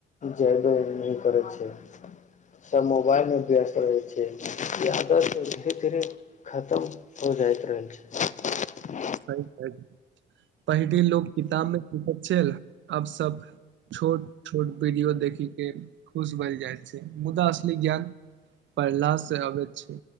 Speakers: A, on the left; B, on the right.
A: जेबे नहि करै छै सब मोबाइलमे व्यस्त रहै छै ई आदत धीरे धीरे खतम हो जाइत रहै छै
B: पहिले लोक किताब मे सीखैत छल अब सब छोट छोट वीडियो देखी के खुश भए जाइत छै मुदा असली ज्ञान पढ़ला से अबैत छै